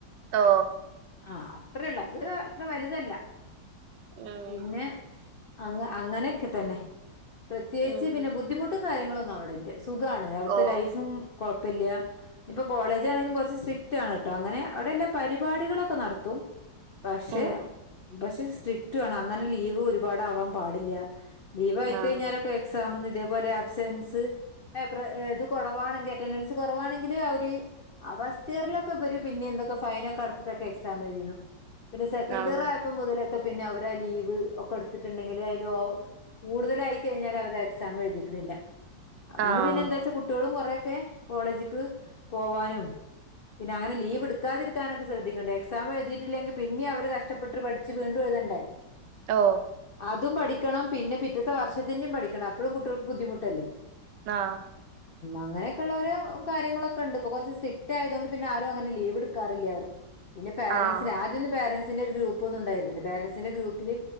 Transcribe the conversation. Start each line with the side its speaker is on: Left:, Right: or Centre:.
Right: ഓ
Left: ആണോ അത്രയൊള്ള അത് അത്ര വലുതല്ല
Right: ഉം
Left: പിന്നെ അങ്ങ അങ്ങനെയൊക്കെ തന്നെ പ്രത്യേകിച്ച്
Right: ഉം
Left: പിന്നെ ബുദ്ധിമുട്ടും കാര്യങ്ങളൊന്നും അവിടെ ഇല്ല സ് സുഖാണ് അവിടുത്തെ
Right: ഓ
Left: ലൈഫും കൊഴപ്പല്ല്യാ കോളേജാണെങ്കിലും കൊറച്ച് സ്ട്രിക്ടാണ് കേട്ടോ അങ്ങനെ അവിടെ എല്ലാ പരിപാടികളൊക്കെ നടത്തും പക്ഷേ
Right: ഉം
Left: പക്ഷെ സ്ട്രിക്ടും ആണ് അങ്ങനെ ലീവ് ഒരുപാടാവാം പാടില്യാ ലീവ് ആയിക്കഴിഞ്ഞാലൊക്കെ
Right: ആഹ്
Left: എക്സാമന്ന്തി അതേപോലെ ആബ്സെൻസ് <unintelligible> കൊടവാണെങ്കിൽ അറ്റെന്റൻസ് കൊറവാണെങ്കില് അവ് ആ ഫസ്റ്റ് ഇയറിലൊക്കെ ഇവര് പിന്നെ എന്തൊക്ക ഫൈനക്ക അടച്ചിട്ടൊക്കെ എക്സാം എഴുതീത് പിന്നെ സെക്കന്റ്
Right: ആഹ്
Left: ഇയർ ആയപ്പോ മുതലൊക്കെ പിന്നെ അവരാ ലീവ് ഒക്കെ എടുത്തിട്ടുണ്ടെങ്കില് അയില് ഓ കൂടുതലായി കഴിഞ്ഞാല് അവര് എക്സാം എഴുതിക്കണില്ല അതുകൊണ്ട്
Right: ആഹ്
Left: പിന്നെ എന്താ ച്ചാ കുട്ടികളും കൊറേയക്കേ കോളേജിക്ക് പോവാനും പിന്നെ അങ്ങനെ ലീവ് എടുക്കാതിരിക്കാനൊക്കെ ശ്രദ്ധിക്കണ്ട് എക്സാമ് എഴുതീട്ടില്ലെങ്കി പിന്നെ അവര് കഷ്ടപ്പെട്ട് പഠിച്ച് വീണ്ടും എ ഇതണ്ടേ
Right: ഓ
Left: അതും പഠിക്കണം പിന്നെ പിറ്റത്തെ വർഷത്തിന്റേം പഠിക്കണം അപ്പഴും കുട്ടികൾക്ക് ബുദ്ധിമുട്ടല്ലേ
Right: ആ ആ
Left: അങ്ങനെയൊക്കെയള്ള ഒരോ കാര്യങ്ങളൊക്കണ്ട് ഇപ്പൊ കൊറച്ച് സ്ട്രിക്ട് ആയതുകൊണ്ട് പിന്നെ ആരും അങ്ങനെ ലീവെടുക്കാറില്യാ ആരും പിന്നെ പാരന്റ്സിന്
Right: ആഹ്
Left: ആദ്യം ഒന്നും പാരന്റ്സിന്റെ ഒരു ഗ്രൂപ്പ് ഒന്നും ഉണ്ടരുന്നില്ല പാരന്റ്സിന്റെ ഗ്രൂപ്പില്